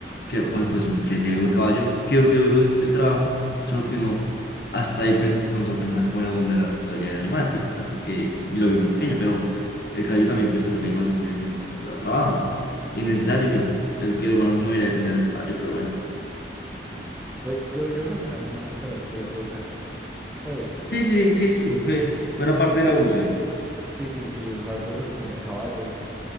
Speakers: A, on the left; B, in the centre.
A: que pues, pues qué que duro caballo, qué duro, que duro el, el trabajo, solo que uno hasta ahí pens- comenzó a pensar como la vulnerabilidad del animal, hasta que lo vio muy pequeño, pero el caballo también pues se toca igual sufrir ese mismo trabajo. Innecesario.
B: Sí,
A: El que humano no debería depender del caballo, pero bueno.
B: pues yo, yo creo que en algún momento la historia tuvo que hacerlo. Pues,
A: Sí, sí, sí, sí, sí. fue fue una parte de la evolución.
B: sí, sí, sí, o sea, yo creo que sin el caballo